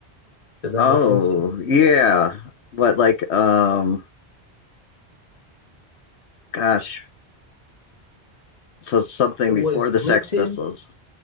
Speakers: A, on the left (about 40°); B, on the left (about 85°).
A: Does that
B: Oh,
A: make sense to you?
B: yeah. What like um? Gosh, so something
A: It
B: before
A: was
B: the Sex
A: written.
B: Pistols.